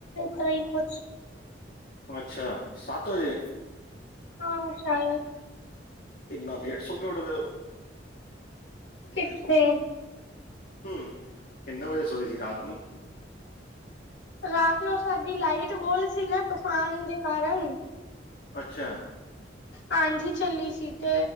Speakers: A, on the left; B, on the left.
A: ਤੇ ਈ ਕੁਛ
B: ਅੱਛਾ ਸੱਤ ਵਜੇ
A: ਹਾਂ ਸ਼ਾਯਦ।
B: ਇੰਨਾ ਲੇਟ ਸੌ ਕੇ ਉਡਦੇ ਓ
A: ਕਿੱਥੇ
B: ਹੂੰ ਕਿੰਨੇ ਵਜੇ ਸੋਏ ਸੀ ਰਾਤ ਨੂੰ?
A: ਰਾਤ ਨੂੰ ਸਾਡੀ ਲਾਈਟ ਵੋਲ ਸੀ ਨਾ ਤੂਫਾਨ ਦੇ ਕਾਰਨ।
B: ਅੱਛਾ।
A: ਆਂਧੀ ਚੱਲੀ ਸੀ ਤੇ